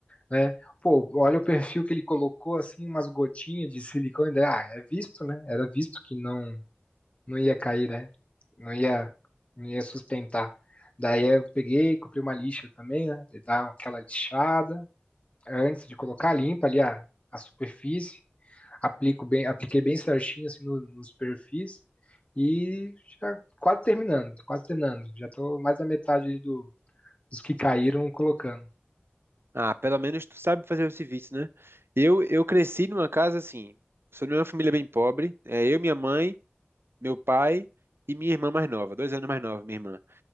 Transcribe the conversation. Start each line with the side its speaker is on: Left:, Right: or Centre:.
Left: né? Pô, olha o perfil que ele colocou, assim, umas gotinhas de silicone. daí, Ah, é visto, né? Era visto que não, não ia cair, né? Não ia, não ia sustentar. Daí eu peguei, comprei uma lixa também, né? Daí Dá aquela lixada antes de colocar, limpa ali a, a superfície aplico bem, apliquei bem certinho assim no- nos perfis e já quase terminando, quase terminando. Já tô mais da metade ali do- dos que caíram colocando.
Right: Ah, pelo menos tu sabe fazer o serviço, né? Eu, eu cresci numa casa assim, sou de uma família bem pobre, é eu, minha mãe meu pai e minha irmã mais nova, dois anos mais nova, minha irmã.